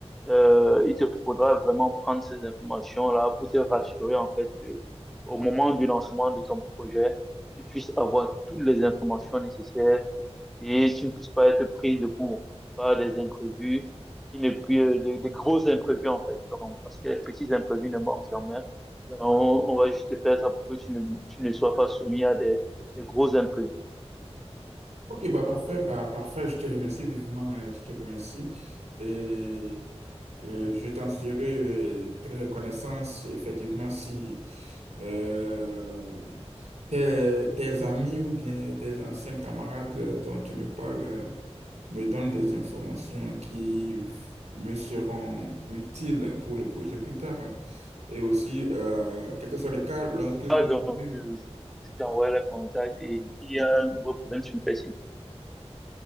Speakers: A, in the centre; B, on the right (about 85°).
A: euh, il te faudra vraiment prendre ces informations-là pour te rassurer, en fait, que au moment du lancement de ton projet, tu puisses avoir toutes les informations nécessaires et tu ne puisses pas être pris de court par des imprévus, qui ne puis, euh, des, des gros imprévus, en fait. Donc, parce que les petits imprévus ne manquent jamais. Donc, on va juste faire ça pour que tu ne, tu ne sois pas soumis à des, des gros imprévus.
B: Ok, bah parfait, bah parfait, je te remercie vivement, euh, je te remercie. Et, euh, je t'en serai euh, très reconnaissant, si- effectivement, si euh, tes, tes amis ou bien tes anciens camarades euh, dont tu me parles euh, me donnent des informations qui f- me seront utiles pour le projet plus tard. Et aussi, euh, quel que soit le cas, lorsque ce projet...
A: Donc, euh, je t'envoie le contact et s'il y a un nouveau problème, tu me fais signe.